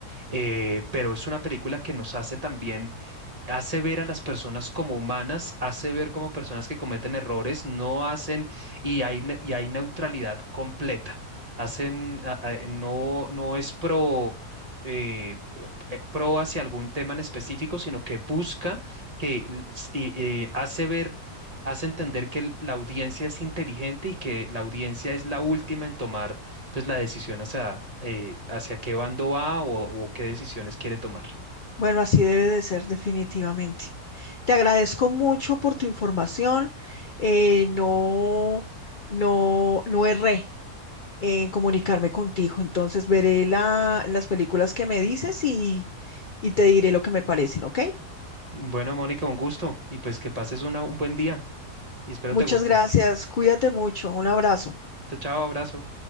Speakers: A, on the right (about 25°); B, on the left (about 70°).
A: eh, pero es una película que nos hace también, hace ver a las personas como humanas, hace ver como personas que cometen errores, no hacen y hay, ne- y hay neutralidad completa. Hacen, a- a- no, no es pro, eh, eh, pro hacia algún tema en específico, sino que busca que l- s- y, eh, hace ver, hace entender que l- la audiencia es inteligente y que la audiencia es la última en tomar pues la decisión hacia, eh, hacia qué bando va o, o qué decisiones quiere tomar.
B: Bueno, así debe de ser definitivamente. Te agradezco mucho por tu información. eh, no, no, no erré en comunicarme contigo. Entonces veré la- las películas que me dices y, y te diré lo que me parecen, ¿ok?
A: Bueno, Mónica, un gusto y pues que pases una- un buen día y espero
B: Muchas
A: te gusten.
B: gracias. Cuídate mucho. Un abrazo.
A: Chao, chao, abrazo.